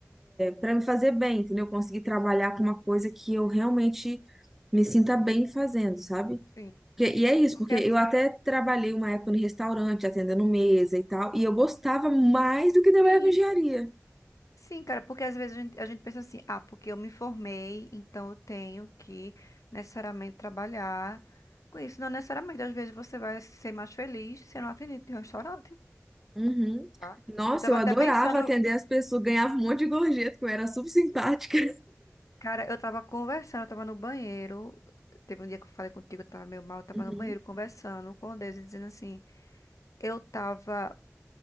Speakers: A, in the centre; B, on the left (about 85°).
A: para me fazer bem, entendeu? Eu Conseguir trabalhar com uma coisa que eu realmente me sinta bem fazendo, sabe?
B: Sim.
A: Porque- e é isso,
B: Porque
A: porque
B: assim.
A: eu até trabalhei uma época no restaurante, atendendo mesa e tal, e eu gostava mais do que trabalhar
B: Sim.
A: com engenharia.
B: Sim, cara, porque às vezes a gente, a gente pensa assim, ah, porque eu me formei, então eu tenho que necessariamente trabalhar com isso. Não necessariamente, às vezes você vai ser mais feliz sendo atendente de um restaurante,
A: Uhum.
B: tá?
A: Nossa,
B: Eu tava
A: eu
B: até
A: adorava
B: pensando
A: atender as pessoas, ganhava um monte de gorjeta, porque eu era super simpática.
B: Cara, eu tava conversando, eu tava no banheiro. Teve um dia que eu falei contigo, eu tava meio mal, eu tava
A: Uhum.
B: no banheiro conversando com Deus e dizendo assim: eu tava